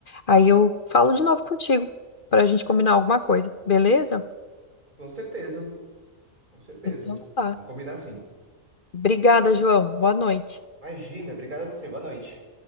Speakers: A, on the left; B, on the right.
A: Aí eu falo de novo contigo pra gente combinar alguma coisa, beleza?
B: Com certeza, com certeza.
A: Então tá.
B: Vamos combinar assim.
A: Obrigada, João. Boa noite.
B: Imagina, obrigado a você. Boa noite.